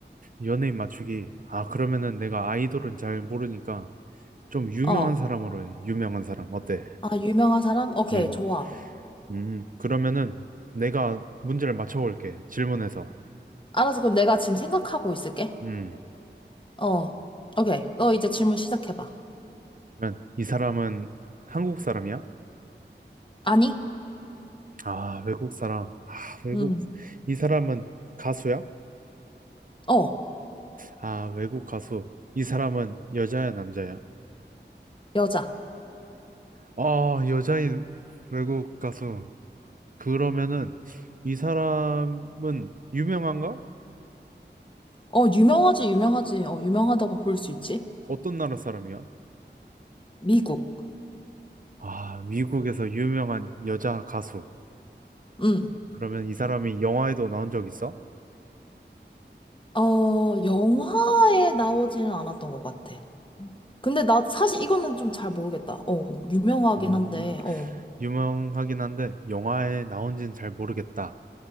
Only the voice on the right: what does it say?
연예인 맞추기. 아, 그러면은 내가 아이돌은 잘 모르니까 좀 유명한
사람으로 해. 유명한 사람. 어때?
음.
음. 그러면은 내가 문제를 맞춰 볼게. 질문해서.
음.
그러면 이 사람은 한국 사람이야?
아, 외국 사람. 아, 외국
이 사람은 가수야?
아, 외국 가수. 이 사람은 여자야, 남자야?
아, 여자인 외국 가수. 그러면은 이 사람은 유명한가?
어떤 나라 사람이야?
아, 미국에서 유명한 여자 가수.
그러면 이 사람이 영화에도 나온 적 있어?
음,
유명하긴 한데 영화에 나온지는 잘 모르겠다.